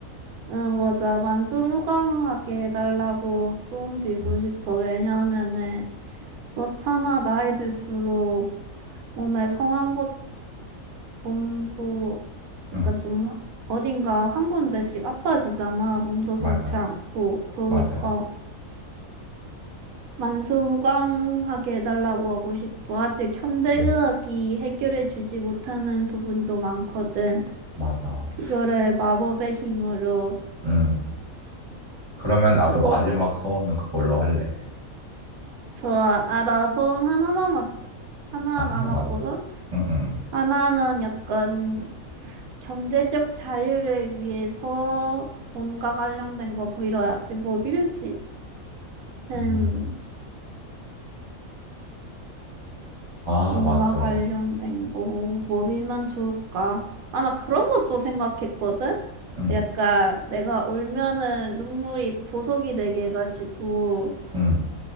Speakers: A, on the right; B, on the right.
A: 응, 맞아. 만수무강하게 해달라고 소원 빌고
B: 응,
A: 싶어. 왜냐하면은, 그렇잖아. 나이 들수록 몸에 성한 것, 몸도
B: 응,
A: 약간 좀 어딘가 한 군데씩 아파지잖아. 몸도
B: 맞아,
A: 성치 않고. 그러니까.
B: 맞아,
A: 만수무강하게 해달라고 하고 싶어. 아직 현대의학이
B: 응,
A: 해결해주지 못하는 부분도 많거든.
B: 맞아.
A: 그거를 마법의 힘으로.
B: 응, 그러면 나도
A: 그리고
B: 마지막 소원은 그걸로 할래.
A: 저 알아, 소원 하나 남았어. 하나
B: 아, 하나
A: 남았거든.
B: 남았어. 응, 응,
A: 하나는 약간 경제적 자유를 위해서 돈과 관련된 거 빌어야지. 뭐 빌지? 음.
B: 응. 아,
A: 돈과
B: 맞죠.
A: 관련된 거, 뭐 빌면 좋을까? 아마 그런 것도 생각했거든?
B: 응,
A: 그 약간 내가 울면은 눈물이 보석이 되게 해가지고,
B: 응.